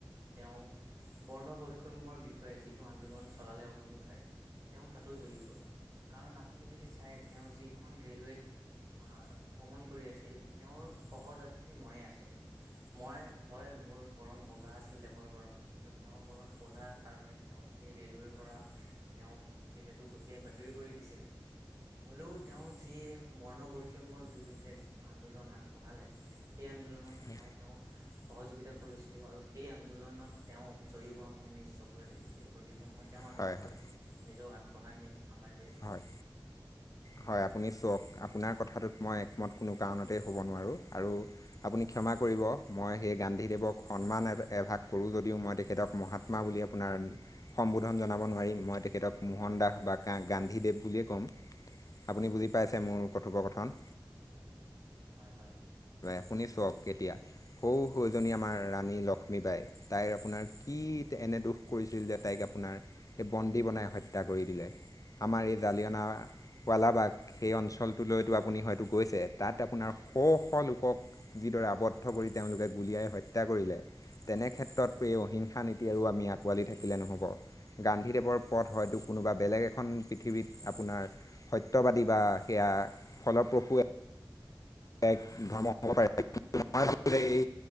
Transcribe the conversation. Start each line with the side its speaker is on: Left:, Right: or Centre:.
Right: তেওঁ বৰ্ণ বৈষম্য অসমৰ বিষয়ে যিটো আন্দোলন চলালে অহিংসাৰে তেওঁ তাতো জয়ী হল কাৰণ আপুনি যদি চাই তেওঁ যিখন ৰেলৱেত আহ ভ্ৰমণ কৰি আছিল তেওঁৰ সহযাত মইে আছিলো মই হয় মোৰ বৰণ ভগা আছিল দেহৰ বৰণ কিন্তু তেওঁৰ বৰণ কলা কাৰণে তেওঁক সেই ৰেলৱেৰ পৰা তেওঁক যিহেতু গতিয়াই বাহিৰ কৰি দিছিল হলেও তেওঁ যি বৰ্ণ বৈষম্যৰ বিৰুদ্ধে আন্দোলন আগবঢ়ালে সেই আন্দোলনত
Left: হয়
Right: মই তেওঁক সহযোগিতা কৰিছিলো আৰু সেই আন্দোলনত তেওঁক জয়ী হোৱা মই নিজ চকুৰে দেখিছিলো গতিকে মই তেওঁৰ আদৰ্শৰে
Left: হয় হয়
Right: নিজক আগবঢ়াই নিম আমাৰ দেশ
Left: হয় হয় আপুনি চাওক আপোনাৰ কথাটোত মই মত কোনো কাৰণতেই হ'ব নোৱাৰোঁ আৰু আপুনি ক্ষমা কৰিব মই সেই গান্ধীদেৱক সন্মান এভাগ কৰো যদিও মই তেখেতক মহাত্মা বুলি আপোনাৰ সম্বোধন জনাব নোৱাৰিম মই তেখেতক মহনাক বাক গান্ধীদেৱ বুলিয়েই ক'ম আপুনি বুজি পাইছে মোৰ কথোপকথন
Right: হয় হয়
Left: আপুনি চক এতিয়া সৌ সৌজনি আমাৰ ৰাণী লক্ষ্মী বাই তাই আপোনাৰ এনে দুখ কৰিছিল যে তাইক আপোনাৰ স বন্দী বনাই হত্যা কৰি দিলে আমাৰ এই জালিয়না য়ালাবাগ সেই অঞ্চলটোলৈতো আপুনি হয়তো গৈছে তাত আপোনাৰ শ শ লোকক যিদৰে আৱদ্ধ কৰি তেওঁলোকে গুলীয়াই হত্যা কৰিলে তেনে ক্ষেত্ৰত প্ৰ অহিংসা নীতি আৰু আমি আঁকোৱালি থাকিলে নহব গান্ধীদেৱৰ পথ হয়তো কোনোবা বেলেগ এখন পৃথিৱীত আপোনাৰ সত্যবাদী বা সেয়া ফলপ্ৰসুৱে এক ধৰ্ম হ'ব প এই